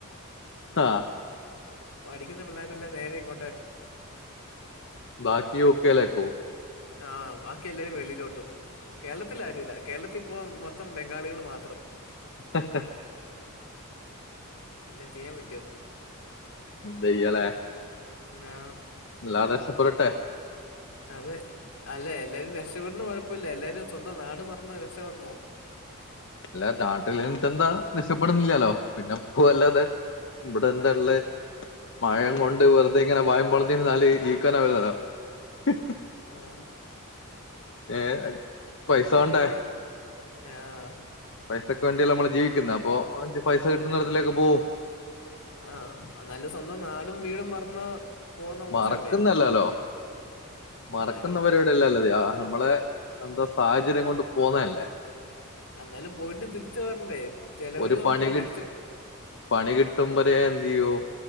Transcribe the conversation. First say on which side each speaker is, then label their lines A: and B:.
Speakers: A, on the left; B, on the left.
A: ആഹ്
B: പഠിക്കുന്ന പിള്ളേരെല്ല നേരെ ഇങ്ങ
A: ബാക്കി <unintelligible>
B: ആഹ് ബാക്കി എല്ലാരും വെളിയിലോട്ടും കേരളത്തില ആരുംല്ല കേരളത്തിൽപ്പോ മൊത്തം ബംഗാളികൾ മാത്രം
A: അഹ്
B: എ <unintelligible> ചെയ്യാൻ പറ്റോ
A: ന്തയ്യല്ലേ
B: ആഹ്
A: <unintelligible>
B: അതെ അല്ല എല്ലാരും രക്ഷപ്പെെടണം കുഴപ്പമില്ല എല്ലാരും സ്വന്തം നാട് മറന്ന് രക്ഷപ്പെടണോ
A: അല്ല നാട്ടിൽ നിന്ന്ട്ട് എന്താ രക്ഷപ്പെടുന്നില്ലാലോ പിന്നെ പോവല്ലാതെ ഇവിടെ എന്താ
B: അല്ല
A: ഉള്ള മഴം
B: ആഹ്
A: കൊണ്ട് വെർ ത ഇങ്ങനെ വായം <unintelligible> ന്നാല് ജീവിക്കാന <unintelligible>
B: ആഹ്
A: ഏഹ് പൈസ
B: അത്
A: വേണ്ടേ
B: ശരിയ ആഹ്
A: പൈസക്ക് വേണ്ടിയല്ലേ നമ്മള് ജീവിക്കുന്നത് അപ്പൊ പൈസ കിട്ടുന്ന ഇടത്തിലേക്ക് പോവും
B: ആഹ് നല്ല സ്വന്തം നാടും വീടും മറന്ന് പോകുന്ന
A: മറക്കുന്നല്ലല്ലോ
B: മോശല്ലേ?
A: മറക്കുന്നവര്
B: എന്നാലും
A: ല്ലല്ലത നമ്മളെ എന്താ സാഹചര്യം കൊണ്ട് പോന്നല്ലേ
B: എന്നാലും പോയിട്ട് തിരിച്ച് പറര്ണ്ടേ ചെലവിന്
A: ഒരു
B: കൊണ്ട്രല്ലോ
A: പണി കി
B: തിരിച്ച്
A: പണി കിട്ടുമ്പരെ എന്ത് ചെയ്യോ